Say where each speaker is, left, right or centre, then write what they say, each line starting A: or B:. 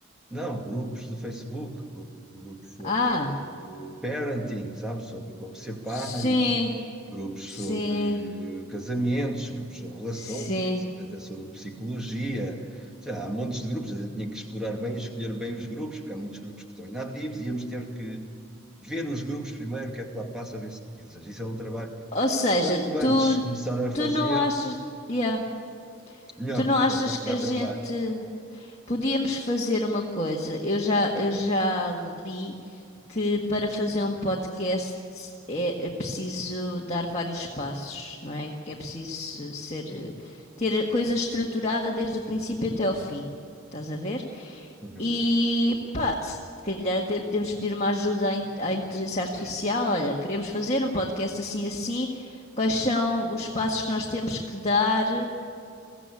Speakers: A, in the centre; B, on the left.
A: não, grupos do Facebook, gru- grupos sobre
B: Ah,
A: eh, parenting, sabe? Sobre como ser pais,
B: sim,
A: grupos sobre
B: sim,
A: eh, casamentos, grupos sobre relações,
B: sim.
A: grupos talvez até sobre psicologia. Já, há montes de grupos, a gente tinha que explorar bem, escolher bem os grupos, porque há muitos grupos que estão inativos, e íamos ter que ver os grupos primeiro, o que é que lá passa, ver se aquilo. Ou seja, isso é um trabalho que
B: Ou seja,
A: quanto antes
B: tu,
A: começar a fazer,
B: tu não achas, yeah,
A: melhor,
B: tu não
A: porque
B: achas
A: dá, dá-
B: que
A: dá
B: a gente
A: trabalho.
B: Podíamos fazer uma coisa. Eu já, eu já li que para fazer um podcast é, é preciso dar vários passos, não é? Que é preciso ser, eh, ter a coisa estruturada desde o princípio até ao fim. Estás a ver?
A: Uhum.
B: E pá, se calhar até podemos pedir uma ajuda à, in- à inteligência artificial. Olha, queremos fazer um podcast assim assim. Quais são os passos que nós temos que dar?